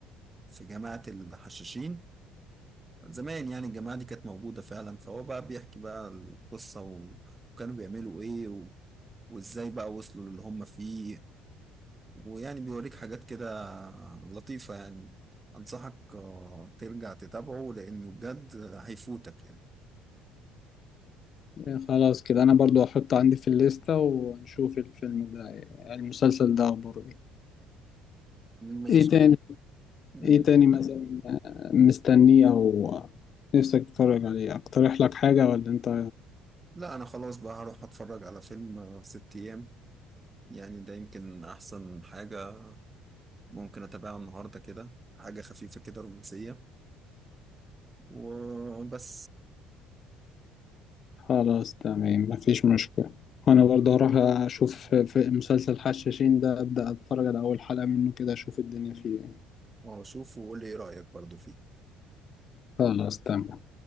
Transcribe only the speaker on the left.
يعني خلاص كده انا برضو هحطه عندي في الليسته ونشوف الفيلم ده المسلسل ده اخباره ايه
ايه تاني
ايه تاني مثلا مستنيه او نفسك تتفرج عليه اقترح لك حاجة ولا انت
خلاص تمام مفيش مشكلة وانا برضه هروح اشوف في مسلسل حشاشين ده ابدا اتفرج على اول حلقة منه كده اشوف الدنيا فيه ايه
خلاص تمام